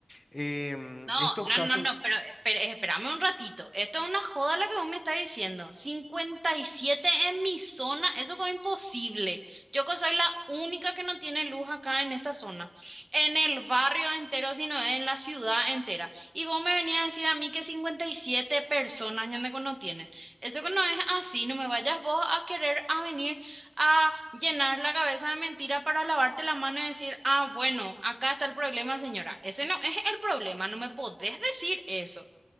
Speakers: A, on the left; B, on the right.
A: Em,
B: No,
A: estos
B: no,
A: casos...
B: no, no, pero, eh, pero eh, espérame un ratito. Esto es una joda lo que vos me estás diciendo. 57 en mi zona, eso es imposible. Yo que soy la única que no tiene luz acá en esta zona, en el barrio entero, sino en la ciudad entera. Y vos me venías a decir a mí que 57 personas ya no tienen. Eso que no es así, no me vayas vos a querer a venir a llenar la cabeza de mentira para lavarte la mano y decir, ah, bueno, acá está el problema, señora. Ese no es el problema, no me podés decir eso.